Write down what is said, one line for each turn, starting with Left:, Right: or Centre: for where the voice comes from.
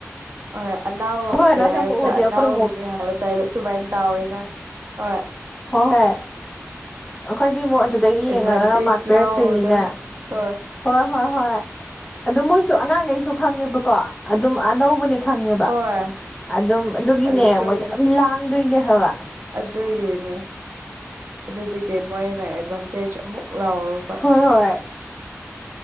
Right: ꯍꯣꯏꯣꯏ ꯑꯅꯥꯎ
Left: ꯍꯣꯏ ꯑꯣꯖꯥꯁꯤꯡ
Right: ꯀꯔꯤ ꯍꯥꯏꯁ꯭ꯔꯥ
Left: ꯑꯃꯨꯛ ꯎꯔꯗꯤ
Right: ꯑꯅꯥꯎꯅꯤ
Left: ꯑꯩꯈꯣꯏ ꯑꯃꯨꯛ
Right: ꯍꯥꯏ ꯍꯥꯏꯕ ꯇꯥꯏ ꯁꯨꯕꯥꯥꯏꯅ ꯇꯥꯑꯣꯏꯅ ꯍꯣꯏ
Left: ꯍꯣꯏ ꯍꯣꯏ ꯑꯩꯈꯣꯏꯗꯤ ꯑꯃꯨꯛ ꯑꯗꯨꯗꯒꯤ
Right: ꯑꯦꯗꯚꯥꯟꯇꯦꯖ
Left: ꯌꯦꯡꯉꯛꯑꯒ ꯃꯥꯥꯛ ꯄꯤꯔꯛꯇꯣꯏꯅꯤꯅꯦ
Right: ꯂꯥꯎꯕꯗꯣ ꯍꯣꯏ
Left: ꯍꯣꯏ ꯍꯣꯏ ꯍꯣꯏ ꯑꯗꯨ ꯃꯣꯏꯁꯨ ꯑꯉꯥꯡꯈꯩꯁꯨ ꯈꯪꯉꯦꯕꯀꯣ ꯑꯗꯨꯝ ꯑꯅꯧꯕꯅꯤ ꯈꯪꯉꯦꯕ
Right: ꯍꯣꯏ
Left: ꯑꯗꯨꯝ ꯑꯗꯨꯒꯤꯅꯦ
Right: ꯑꯗꯨ ꯆꯨꯝꯃꯦ
Left: ꯃꯣꯏꯗ ꯑꯗꯨꯝ ꯂꯥꯡꯗꯣꯏꯅꯦ ꯍꯥꯏꯕ
Right: ꯑꯗꯨꯒꯤꯅꯦ ꯑꯗꯨꯗꯒꯤ ꯃꯣꯏꯅ ꯑꯦꯗꯚꯥꯟꯇꯦꯖ ꯑꯃꯨꯛ ꯂꯥꯎꯔꯨꯕ
Left: ꯍꯣꯏ ꯍꯣꯏ